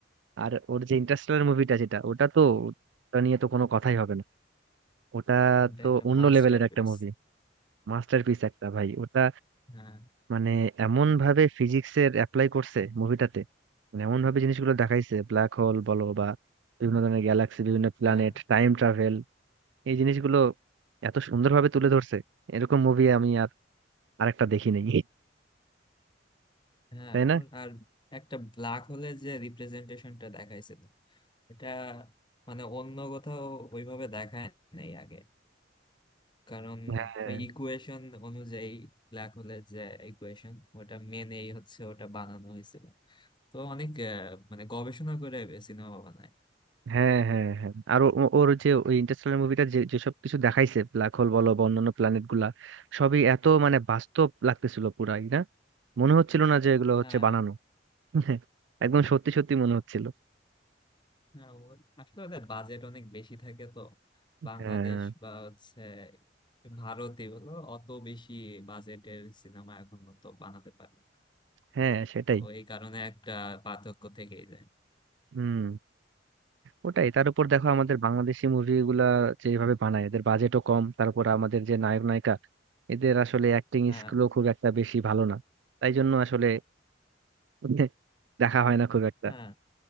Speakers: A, on the right; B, on the left.
A: আর ওর যে ইন্টারস্টেলার মুভিটা যেটা ওটা তো ওটা নিয়ে তো কোনো কথাই হবে না ওটা
B: এটা
A: তো
B: একটা
A: অন্য
B: মাস্টার
A: লেভেলের একটা
B: পিস
A: মুভি মাস্টারপিস একটা ভাই ওটা
B: হ্যাঁ
A: মানে এমন ভাবে ফিজিক্সের অ্যাপ্লাই করছে মুভিটাতে মানে এমন ভাবে জিনিসগুলো দেখাইছে ব্ল্যাক হোল বলো বা বিভিন্ন ধরনের গ্যালাক্সি বিভিন্ন প্ল্যানেট
B: হ্যাঁ
A: টাইম ট্রাভেল এই জিনিসগুলো এত সুন্দরভাবে তুলে ধরছে এরকম মুভি আমি আর আরেকটা দেখি নাই
B: হ্যাঁ
A: তাই না
B: ওর- আর একটা ব্ল্যাক হোলের যে রিপ্রেজেন্টেশনটা দেখাইছিল এটা মানে অন্য কোথাও ওইভাবে দেখায় নাই আগে কারণ
A: হ্যাঁ
B: ওই ইকুয়েশন অনুযায়ী ব্ল্যাক হোলের যে ইকুয়েশন ওটা মেনেই হচ্ছে ওটা বানানো হয়েছিল তো অনেক আহ, মানে গবেষণা করে সিনেমা বানায়
A: হ্যাঁ হ্যাঁ হ্যাঁ আর ও- ও- ওর যে ওই ইন্টারস্টেলার মুভিটা যে যেসব কিছু দেখাইছে ব্ল্যাক হোল বলো বা অন্যান্য প্ল্যানেট গুলা সবই এত মানে বাস্তব লাগতেছিল পুরাই না মনে হচ্ছিল না যে এগুলো হচ্ছে
B: হ্যাঁ
A: বানানো <laughs> একদম সত্যি সত্যি মনে হচ্ছিল
B: হ্যাঁ ওর- আসলে ওদের বাজেট অনেক বেশি থাকে তো বাংলাদেশ
A: হ্যাঁ
B: বা হচ্ছে ভারতে বলো অত বেশি বাজেটের সিনেমা এখন তো বানাতে পারে না
A: হ্যাঁ সেটাই
B: তো এই কারণে একটা পার্থক্য থেকেই যায়
A: হুম ওটাই তার উপর দেখো আমাদের বাংলাদেশি মুভিগুলা যেভাবে বানায় এদের বাজেটও কম তারপর আমাদের যে নায়ক নায়িকা এদের আসলে অ্যাক্টিং
B: হ্যাঁ
A: স্কিলও খুব একটা বেশি ভালো না তাই জন্য আসলে <laughs> দেখা হয় না খুব একটা
B: হ্যাঁ